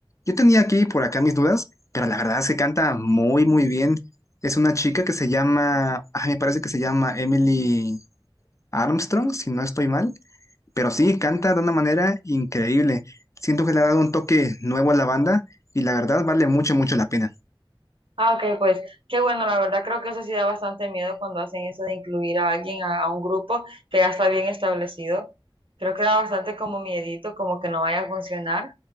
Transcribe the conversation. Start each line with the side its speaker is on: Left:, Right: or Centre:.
Left: Yo tenía aquí y por acá mis dudas, pero la verdad se canta muy, muy bien. Es una chica que se llama, ah, me parece que se llama Emily Armstrong, si no estoy mal, pero sí, canta de una manera increíble. Siento que le ha dado un toque nuevo a la banda y la verdad vale mucho, mucho la pena.
Right: Ah, ok, pues qué bueno, la verdad creo que eso sí da bastante miedo cuando hacen eso de incluir a alguien a, a un grupo que ya está bien establecido. Creo que da bastante como miedito, como que no vaya a funcionar,